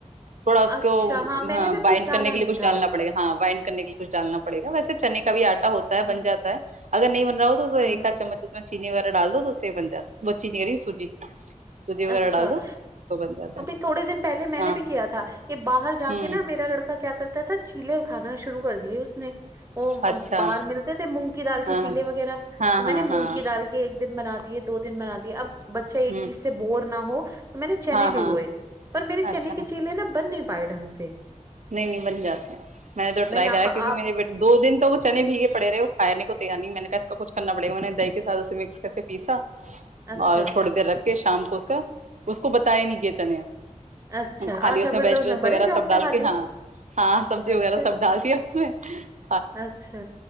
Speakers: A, on the right; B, on the right.
A: تھوڑا اس
B: اچھا
A: کو
B: میں
A: ہاں
B: نے نا
A: بائنڈ
B: کچھ ڈالا
A: کرنے کے لیےچھ
B: نہیں تھا
A: ڈالنا پڑے گا ہاں بائنڈ کرنے کے لیے کھ ڈالنا پڑے گا ویسے چنے کے کب آٹھ ہوتا ہے
B: ہ
A: بن جاتا ہے اگر نہیں را ہو ایکا
B: ہاں
A: چمچ میں چینی وغہ ڈال دو بن جات بچی نہیں کر رہی سوجی سوجی وغیرہ
B: اچھا
A: ڈال دو تو بن جاتا
B: ابھی
A: ہے
B: تھوڑے دن پہلے میں نے
A: ہاں
B: بھی کیا تھا کہ باہر جا
A: ہوں
B: کے نا میرا لڑکا کیا کرتا تھا کیلے اکھانا شروع کر دیے اس وہ
A: اچھا
B: باہر ملتے تھے مونگ کی دال کے
A: ہاں
B: چیلے وغیرہ
A: ہاں
B: تو میں
A: ہاں
B: نے مونگی
A: ہاں
B: دال کے ایک دن بنا دیے دو دن بنا دییا اب بچہ ایک
A: ہ
B: چیز سے بور نہ ہو میں نے چنے
A: ہاں ہاں
B: بھی گوئے پر میرے چنے
A: اچھا
B: کے چیلے نا بن نہیں پائے ڈھنگ سے <inaudible>
A: نہیں نہیں بن جاتے ہیں میں نے تو ٹرائی
B: نہیں
A: کرا
B: آپ
A: کیونکہ
B: آپ
A: میرے بیے دو دن تو وہ چنے بھیگے پڑے وہ کائےے کوی نہیں ہے میں نے کہا اس کاچ کرنا بڑے نے د کےاتھ اسے مکس کر کے پیسہ
B: اچھا
A: <unintelligible> اور تھوڑی دیر رکھ کے شام کو اس کا اس کو بتیا نہیں چل
B: اچھا
A: خالی
B: اچھا
A: اس میں
B: پھر
A: ویجیٹیبلس
B: تو نے بڑے
A: وغیرہ
B: شوق
A: سب
B: سے
A: ڈال
B: کھا
A: ہاں
B: لیے
A: ہاں سبزی وغیرہ
B: اچھا
A: سب ڈالتی ہے اس میں ہ <unintelligible>
B: اچھا